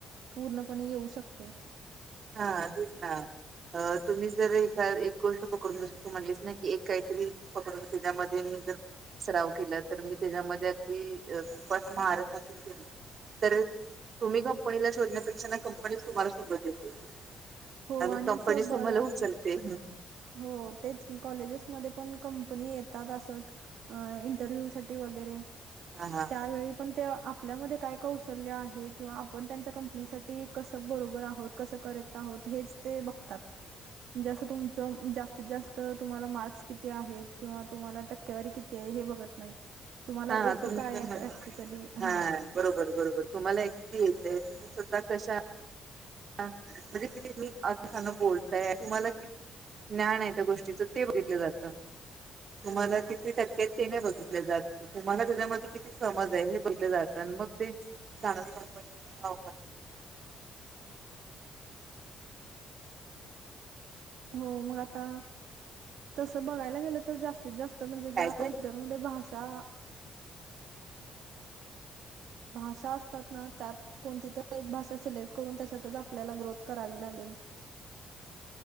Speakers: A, on the right (about 75°); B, on the right (about 50°).
A: पूर्णपणें येऊं शकते.
B: हां तेचं नां तुम्हीं जंर ए एक गोष्टं पकडूंन जसं तूं म्हणलेसं नां की एक कांहीतरी पकडूंन त्यांच्यामध्ये मी जर स्राव केलां तरं मी त्यांच्यामध्ये अगदीं खूपं महारतं हासलं केली. तरं तुम्हीं कंपनीलां शोधण्यांपेक्षा नां कंपनी तुम्हांला शोधतं येते.
A: हो
B: आणि कंपनीचं
A: असं बऱ्याच
B: तुम्हांला उचलते.
A: हो तेचं की कॉलेजेसंमध्यें पणं कंपनी येतातं असं. इंटरव्ह्यू सांठी वगैरें.
B: हां हां
A: त्यांवेळी पणं ते आपल्यांमध्यें कायं कौशल्यं आहे किंवा आपणं त्यांच्या कंपनीसांठी कसंब बरोबर आहोंत. कंस करेक्टं आहोंत हेंच ते बघतांत म्हणजे असं तुम तं जास्तीत जास्तं तुम्हांला मार्क्स किती आहेतं किंवा तुम्हांला टक्केवारी किती आहे हे बघतं नाहीतं. तुम्हांला
B: हा
A: येतं
B: तुमच्या
A: कायं
B: मध्ये
A: प्रॅक्टिकली हां.
B: हा बरोबर बरोबर तुम्हांला एक्सपीस तुम्हीं सुद्धा कशां म्हणजे किती मी अर्थान बोलतायं तुम्हांला किती ज्ञांन आहे त्यां गोष्टीचं ते बघितलं जातं. तुम्हांला किती टक्के हेतं ते नाहीं बघितले जातं. तुम्हांला त्यांच्यामध्ये किती समजं आहे हे बघले जातं आणि मंग ते चांगली कंपनी तुम्हांला ऑफर
A: हो मंग आतां तसं बघायलां गेलं तरं जास्तीतं जास्तं म्हणजे
B: काय
A: ज्यां
B: ते
A: कम्प्युटरं म्हंते भाषां भाषां असतातं नां त्यांत. कोणती तरी एक भाषां सिलेक्टं करूंन त्यांच्यातचं आपल्यांला ग्रोथ करावी लागेल.